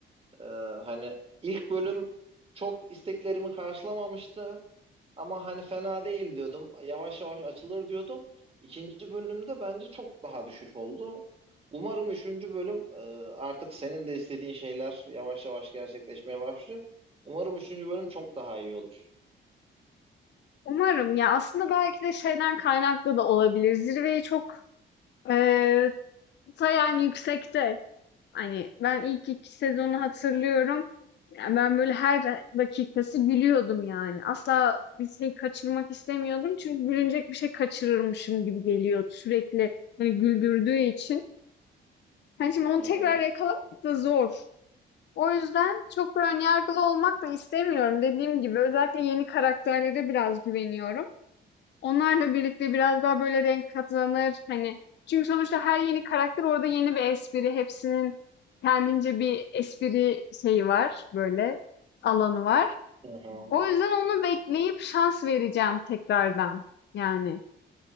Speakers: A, on the right; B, on the left.
A: e, hani ilk bölüm çok isteklerimi karşılamamıştı. Ama hani fena değil diyordum. Yavaş yavaş açılır diyordum. İkinci bölümde bence çok daha düşüş oldu. Umarım üçüncü bölüm e, artık senin de istediğin şeyler yavaş yavaş gerçekleşmeye başlıyor. Umarım üçüncü bölüm çok daha iyi olur.
B: Umarım ya aslında belki de şeyden kaynaklı da olabilir. Zirveyi çok eee, ta yani yüksekte. Hani, ben ilk 2 sezonu hatırlıyorum. Yani ben böyle her dakikası gülüyordum yani. Asla bir şey kaçırmak istemiyordum çünkü gülünecek bir şey kaçırırmışım gibi geliyordu sürekli, hani, güldürdüğü için. Hani, şimdi onu
A: Hı
B: tekrar
A: hı,
B: yakalamak da zor. O yüzden çok da ön yargılı olmak da istemiyorum. Dediğim gibi özellikle yeni karakterlere biraz güveniyorum. Onlarla birlikte biraz daha böyle renk katlanır. Hani çünkü sonuçta her yeni karakter orada yeni bir espri. Hepsinin kendince bir espri şeyi var. Böyle alanı var.
A: hı hı.
B: O yüzden onu bekleyip şans vereceğim tekrardan. Yani